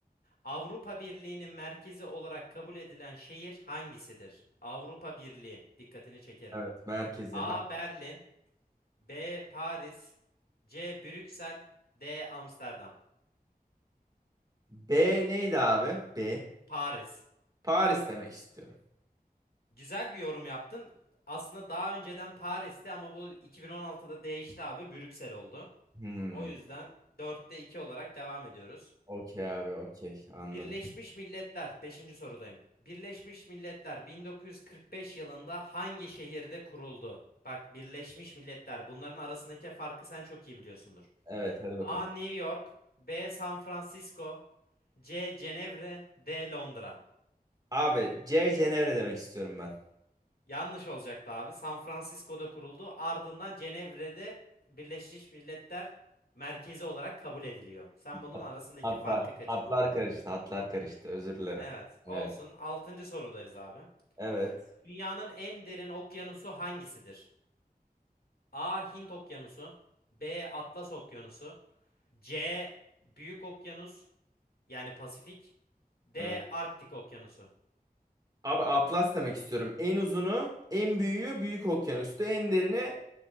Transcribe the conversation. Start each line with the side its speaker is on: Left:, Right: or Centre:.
Left: Avrupa Birliği'nin merkezi olarak kabul edilen şehir hangisidir? Avrupa Birliği. Dikkatini çekerim.
Right: Evet, merkezi.
Left: A.
Right: Ha-
Left: Berlin, B. Paris, C. Brüksel, D. Amsterdam.
Right: B neydi abi? B.
Left: Paris.
Right: Paris demek istiyorum.
Left: Güzel bir yorum yaptın. Aslında daha önceden Paris'ti ama bu 2016'da değişti abi. Brüksel oldu.
Right: Hmm.
Left: O yüzden dörtte 2 olarak devam ediyoruz.
Right: Okey abi, okey. Anladım.
Left: Birleşmiş Milletler, beşinci sorudayım. Birleşmiş Milletler 1945 yılında hangi şehirde kuruldu? Bak Birleşmiş Milletler bunların arasındaki farkı sen çok iyi biliyorsundur.
Right: Evet, hadi bakalım.
Left: A. New York, B. San Francisco, C. Cenevre, D. Londra.
Right: Abi, C Cenevre demek istiyorum ben.
Left: Yanlış olacaktı abi. San Francisco'da kuruldu. Ardından Cenevre'de Birleşmiş Milletler merkezi olarak kabul ediliyor. Sen bunun
Right: Hat-
Left: arasındaki
Right: Hatlar.
Left: farkı kaçırdın
Right: Hatlar
Left: abi.
Right: karıştı, hatlar karıştı. Özür dilerim.
Left: Evet, olsun.
Right: Evet.
Left: altıncı sorudayız abi.
Right: Evet.
Left: Dünyanın en derin okyanusu hangisidir? A. Hint Okyanusu B. Atlas Okyanusu C. Büyük Okyanus yani Pasifik D.
Right: Evet.
Left: Arktik Okyanusu
Right: Abi Atlas demek istiyorum. En uzunu, en büyüğü Büyük Okyanus'tu. En derini